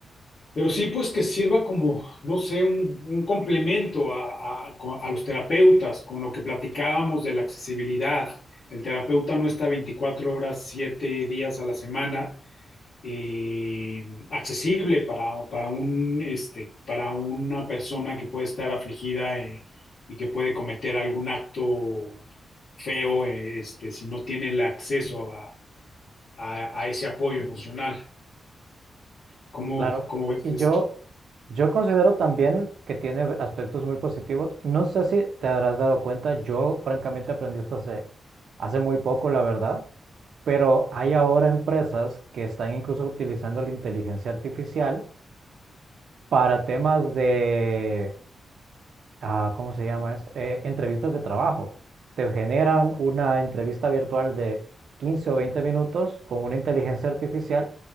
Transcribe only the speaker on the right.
claro.
Y
yo, yo considero también que tiene aspectos muy positivos. No sé si te habrás dado cuenta, yo francamente aprendí esto hace, hace muy poco, la verdad, pero hay ahora empresas que están incluso utilizando la inteligencia artificial para temas de, ah, ¿cómo se llama esto? Eh, entrevistas de trabajo. Te generan una entrevista virtual de 15 o 20 minutos con una inteligencia artificial